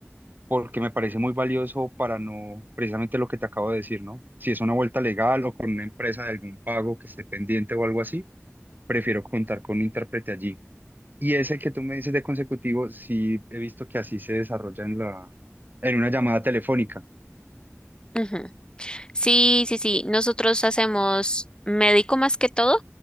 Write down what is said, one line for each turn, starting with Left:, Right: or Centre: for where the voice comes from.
Right: porque me parece muy valioso para no, precisamente lo que te acabo de decir, ¿no? Si es una vuelta legal o con una empresa de algún pago que esté pendiente o algo así, prefiero contar con un intérprete allí. Y ese que tú me dices de consecutivo, sí he visto que así se desarrolla en la, en una llamada telefónica,
Left: Ujú. Sí, sí, sí. Nosotros hacemos médico más que todo,